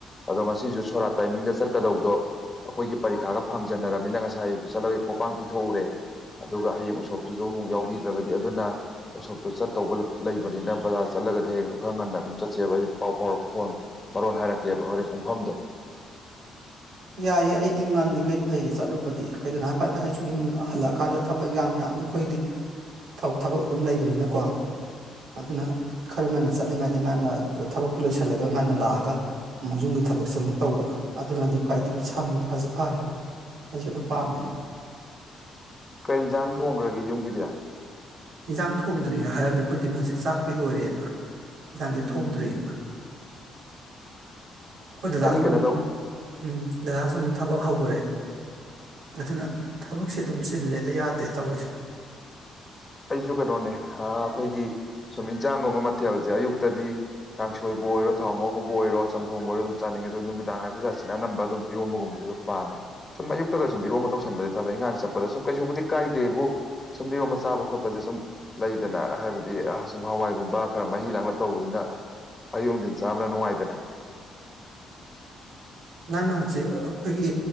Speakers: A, on the left; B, on the right.
A: ꯑꯗꯣ ꯉꯁꯤꯖꯨ ꯁꯣꯔꯥꯠ ꯇꯥꯏꯃꯤꯡꯗ ꯆꯠꯀꯗꯧꯗꯣ ꯑꯩꯈꯣꯏꯒꯤ ꯄꯔꯤꯈꯥꯒ ꯐꯪꯖꯟꯅꯔꯕꯅꯤꯅ ꯉꯁꯥꯏ ꯆꯠꯂꯣꯍꯦ ꯄꯣꯄꯥꯡ ꯄꯤꯊꯣꯛꯎꯔꯦ ꯑꯗꯨꯒ ꯍꯌꯦꯡ ꯎꯁꯣꯞꯇꯨꯁꯨ ꯑꯃꯨꯛ ꯌꯥꯎꯕꯤꯗ꯭ꯔꯒꯗꯤ ꯑꯗꯨꯅ ꯎꯁꯣꯞꯇꯨ ꯆꯠꯇꯧꯕ ꯂꯩꯕꯅꯤꯅ ꯕꯖꯥꯔ ꯆ ꯆꯠꯂꯒꯗꯤ ꯍꯌꯦꯡꯗꯣ ꯈꯔ ꯉꯟꯅ ꯑꯗꯨꯝ ꯆꯠꯁꯦꯕ ꯑꯩ ꯄꯥꯎ ꯐꯥꯎꯔꯛꯀꯦꯀꯣ ꯃꯔꯣꯟ ꯍꯥꯏꯔꯛꯀꯦꯕ ꯍꯣꯔꯦꯟ ꯄꯨꯡꯐꯝꯗꯣ
B: ꯌꯥꯏꯌꯦ ꯑꯩꯗꯤ ꯉꯜꯂꯤꯒꯩ ꯐꯩꯌꯦ ꯆꯠꯂꯨꯕꯗꯤ ꯀꯩꯒꯤꯅꯣ ꯍꯥꯏ ꯀꯥꯟꯗ ꯑꯩꯖꯨ ꯌꯨꯝ ꯍꯜꯂꯛꯑꯀꯥꯟꯗ ꯊꯕꯛ ꯏꯟꯈꯥꯡ ꯃꯌꯥꯝ ꯑꯩꯈꯣꯏꯗꯤ ꯊꯕꯛ ꯑꯗꯨꯝ ꯂꯩꯕꯅꯤꯅꯀꯣ ꯑꯗꯨꯅ ꯈꯔ ꯉꯟꯅ ꯆꯠꯂꯤꯉꯩꯗ ꯉꯅ ꯊꯕꯛꯇꯨ ꯂꯣꯏꯁꯤꯜꯂꯒ ꯉꯟꯅ ꯂꯥꯛꯑꯒ ꯃꯣꯢ ꯌꯨꯝꯒꯤ ꯊꯕꯛꯁꯦ ꯑꯃꯨꯛ ꯇꯧꯕ ꯑꯗꯨꯅꯗꯤ ꯈ꯭ꯋꯥꯏꯗꯒꯤ ꯁꯝꯃꯦ ꯐꯖꯨ ꯐꯔꯦ ꯑꯩꯖꯨ ꯑꯗꯨ ꯄꯥꯝꯃꯦ
A: ꯎꯝ ꯀꯩ ꯏꯟꯁꯥꯡ ꯊꯣꯡꯒ꯭ꯔꯒꯦ ꯌꯨꯝꯒꯤꯗꯤ
B: ꯏꯟꯖꯥꯡ ꯊꯣꯡꯗ꯭ꯔꯤꯅ ꯍꯥꯏꯔꯝꯅꯤ ꯈꯣꯏ ꯏꯇꯩꯃꯅ ꯍꯧꯖꯤꯛ ꯆꯥꯛꯇꯤ ꯂꯣꯏꯔꯦꯅ ꯏꯟꯖꯥꯡꯗꯤ
A: ꯎꯝ
B: ꯇꯣꯛꯗ꯭ꯔꯤ ꯑꯩꯈꯣꯏ ꯗꯗꯥꯖꯨ
A: ꯑꯩꯗꯤ ꯀꯩꯅꯣ
B: ꯑꯃꯨꯛ
A: ꯇꯧꯕ
B: ꯎꯝ ꯗꯗꯥꯖꯨ ꯑꯃꯨꯛ ꯊꯕꯛ ꯍꯧꯒꯔꯦ ꯑꯗꯨꯅ ꯊꯕꯛꯁꯦ ꯑꯗꯨꯝ ꯆꯤꯜꯂꯦꯗ ꯌꯥꯗꯦ ꯇꯧꯔꯤꯁꯦ
A: ꯑꯩꯖꯨ ꯀꯩꯅꯣꯅꯦ ꯑ ꯑꯩꯈꯣꯏꯒꯤ ꯁꯨꯝ ꯏꯟꯁꯥꯡꯒꯨꯝꯕ ꯃꯊꯦꯜꯖꯦ ꯑꯌꯨꯛꯇꯗꯤ ꯀꯥꯡꯁꯣꯏꯕꯨ ꯑꯣꯏꯔꯣ ꯊꯥꯎ ꯉꯧꯕꯕꯨ ꯑꯣꯏꯔꯣ ꯆꯝꯊꯣꯡꯕꯨ ꯑꯣꯏꯔꯣ ꯑꯗꯨꯝ ꯆꯥꯅꯤꯡꯉꯦ ꯑꯗꯨ ꯅꯨꯃꯤꯗꯥꯡ ꯍꯥꯏꯕ ꯖꯠꯁꯤꯅ ꯑꯅꯝꯕ ꯑꯗꯨꯝ ꯏꯔꯣꯝꯕꯒꯨꯝꯕꯁꯦ <unintelligible> ꯁꯨꯝ ꯑꯌꯨꯛꯇꯒ ꯁꯨꯝ ꯏꯔꯣꯝꯕ ꯇꯧꯁꯟꯕꯁꯦ ꯊꯕꯛ ꯏꯪꯪꯒꯥꯡ ꯆꯠꯄꯗ ꯁꯨꯝ ꯀꯩꯁꯨꯕꯨꯗꯤ ꯀꯥꯏꯗꯦꯕꯨ ꯁꯨꯝ ꯏꯔꯣꯝꯕ ꯆꯥꯕ ꯈꯣꯠꯄ ꯕ ꯁꯨꯝ ꯂꯩꯗꯅ ꯍꯥꯏꯕꯗꯤ ꯁꯨꯝ ꯍꯋꯥꯏꯒꯨꯝꯕ ꯈꯔ ꯃꯍꯤ ꯂꯥꯡꯂꯞ ꯇꯧꯕꯁꯤꯅ ꯑꯌꯨꯛ ꯅꯨꯡꯊꯤꯜ ꯆꯥꯕꯅ ꯅꯨꯡꯉꯥꯏꯗꯅ
B: ꯅꯪꯅ ꯍꯧꯖꯤꯛ ꯑꯩꯈꯣꯏꯒꯤ